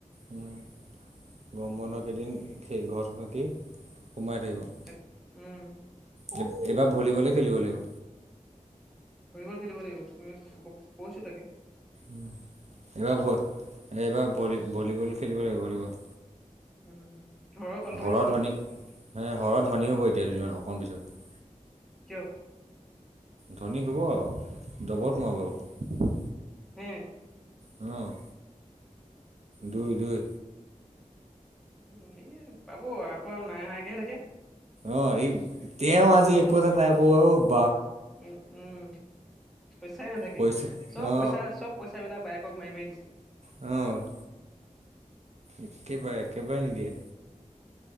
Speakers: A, on the right (about 55°); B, in the centre.
A: উম। গৰম বন্ধ কেইদিন সেই ঘৰত সেকি সোমাই থাকিব।
B: <unintelligible> উম।
A: এইব -এইবাৰ ভলীবলে খেলিব লাগিব।
B: ভলীবল খেলিব লাগিব তুমি কৈছো তাকে।
A: উম, এইবাৰ ভ এইবাৰ ভলী- ভলীবল খেলিব লাগিব ভলীবল
B: উম হম, হম। কল কৰি
A: ঘৰৰ
B: আছে নেকি
A: ধনী হে সৰহ ধনী হ'ব এতিয়া দুদিনমান অকণ পিছত।
B: কিয়প
A: ধনী হ'ব আৰু ডবল সোমাব।
B: হে
A: অ', দুই -দুই
B: উম, সেয়ে পাব আকৌ নাই নাইকেহে থাকে।
A: অ, এইব তেওঁ আজি একো এটা নাই আক <unintelligible>
B: উম- উম পইচাই নাথাকে
A: পইচা
B: চব
A: অ
B: পইচা চব পইচা বিলাক বায়েকক মাৰি -মাৰি দিছে।
A: অ', একে বাৰে-একে বাৰে নিদিয়ে।